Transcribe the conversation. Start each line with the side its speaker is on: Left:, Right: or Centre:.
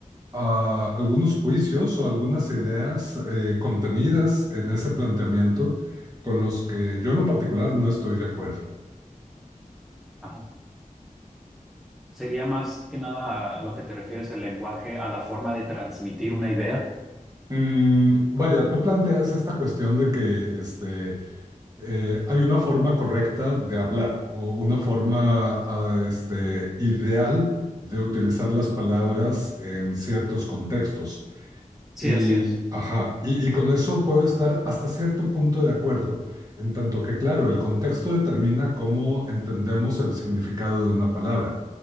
Right: a algunos juicios o algunas ideas eh, contenidas en ese planteamiento con los que yo en lo particular no estoy de acuerdo.
Centre: ajá. Sería más que nada lo que te refieres el lenguaje a la forma de transmitir una idea.
Right: Mm, vaya, tú planteas esta cuestión de que este, eh, hay una forma correcta de hablar o una forma ah, este, ideal de utilizar las palabras en ciertos contextos.
Centre: Sí,
Right: Y,
Centre: así es.
Right: ajá, y, y con eso puedo estar hasta cierto punto de acuerdo, en tanto que, claro, el contexto determina cómo entendemos el significado de una palabra.